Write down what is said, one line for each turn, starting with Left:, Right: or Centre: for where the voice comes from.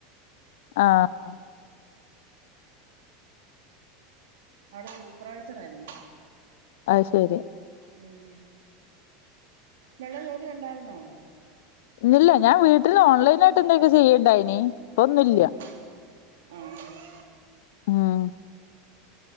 Left: ആഹ്
Right: അവിടെ സൂപ്പർവൈസർ ആയിരുന്നു
Left: അ ശെരി
Right: ഉം നല്ല ജോലി ഉണ്ടായിര്ന്നോ
Left: ഇല്ല ഞാന് വീട്ടില് ഓൺലൈനായിട്ട് ന്തൊക്കെ ചെയ്യണ്ടായ്നി ഇപ്പൊന്നുല്ല
Right: ഉം ആണല്ലേ
Left: ആഹ്